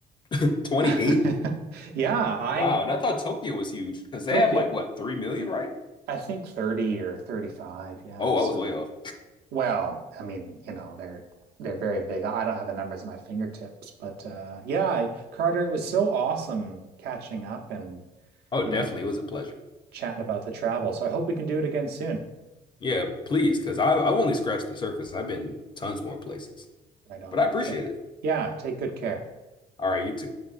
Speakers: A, on the left; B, on the right.
A: it. 28?
B: <laughs> Yeah, I
A: Wow. And I thought Tokyo was huge because they
B: Tokyo
A: have like what, 3 million, right?
B: I think 30 or 35. Yeah,
A: Oh,
B: so
A: I was way off.
B: Well, I mean, you know, they're they're very big. I don't have the numbers at my fingertips, but uh yeah, I, Carter, it was so awesome catching up and,
A: Oh,
B: you
A: definitely.
B: know,
A: It was a pleasure.
B: chatting about the travel. So I hope we can do it again soon.
A: Yeah, please, because I've only scratched the surface. I've been tons more places,
B: Right on.
A: but I appreciate
B: Okay.
A: it.
B: Yeah, take good care.
A: All right, you too.